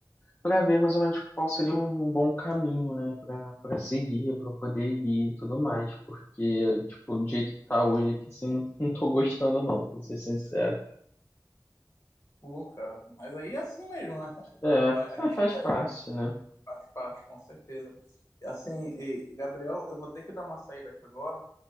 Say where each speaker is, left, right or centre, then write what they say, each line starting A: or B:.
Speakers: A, on the left (about 25°); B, on the left (about 45°).
A: para ver mais ou menos qual seria um bom caminho, né, para para seguir, para poder ir e tudo mais, porque tipo, do jeito que tá hoje aqui, assim, não, não tô gostando não, pra ser sincero.
B: pô, cara. Mas aí é assim mesmo, né? <laughs>
A: É,
B: Vai, a
A: mas
B: gente
A: faz
B: vai,
A: parte, né?
B: faz parte, com certeza. Assim, e- assim, e, Gabriel, eu vou ter que dar uma saída aqui agora.